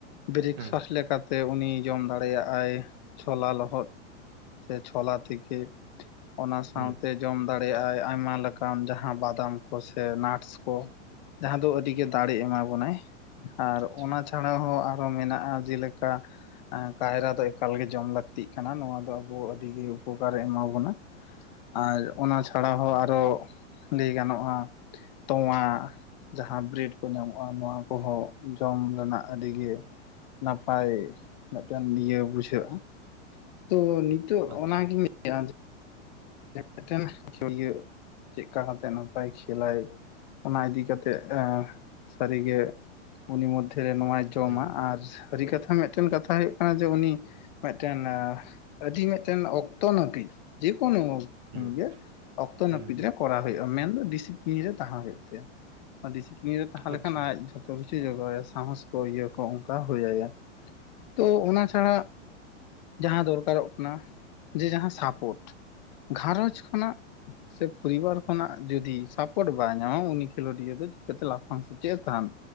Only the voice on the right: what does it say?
ᱦᱩᱸ
ᱦᱩᱸ
ᱟᱪᱪᱷᱟ
ᱟᱪᱪᱷᱟ
ᱦᱩᱸ
ᱦᱩᱸ
ᱦᱩᱸ ᱦᱩᱸ
ᱟᱪᱪᱷᱟ